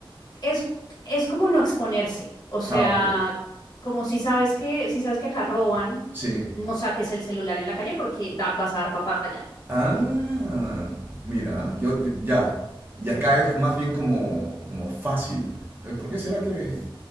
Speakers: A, on the left (about 50°); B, on the right (about 25°).
A: es, es como no exponerse, o sea,
B: Ah, ok.
A: como si sabes que, si sabes que acá roban,
B: Sí.
A: no saques el celular en la calle porque da- vas a dar papaya.
B: Ah, mira, yo ya. Y acá es más bien como, como fácil. Ay, ¿Por qué será que,